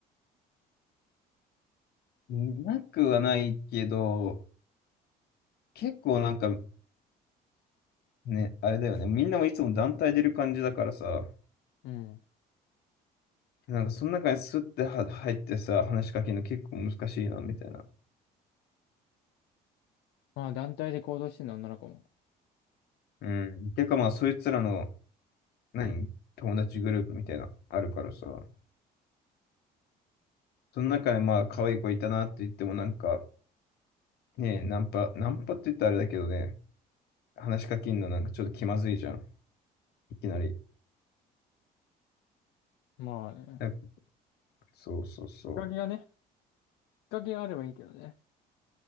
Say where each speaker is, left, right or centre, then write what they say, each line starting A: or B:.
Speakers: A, on the left; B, on the left.
A: いなくはないけど、結構なんかね、あれだよね。みんなもいつも団体出る感じだからさ、
B: うん。
A: なんかその中にスッては入ってさ、話しかけるの結構難しいな、みたいな。
B: まあ、団体で行動してるの、女の子も。
A: うん。てかまあ、そいつらの、何、友達グループみたいな、あるからさ、その中にまあ、可愛い子いたなって言ってもなんか、ねえ、ナンパ、ナンパって言ったらあれだけどね、話しかけるのなんかちょっと気まずいじゃん。いきなり。
B: まあね。
A: だ
B: きっ
A: そうそうそう。
B: かけがね、きっかけがあればいいけどね。